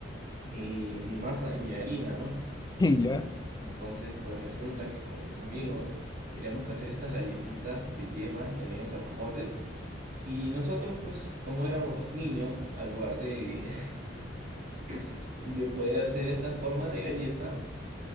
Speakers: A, on the right; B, on the left.
A: y mi masa y mi harina, ¿no?
B: <laughs> Y ya,
A: Entonces, pues resulta que con mis amigos teníamos que hacer estas galletitas de yema y también los alfajores. Y nosotros, pues como éramos niños, al lugar de, <laughs> de poder hacer esta forma de galleta,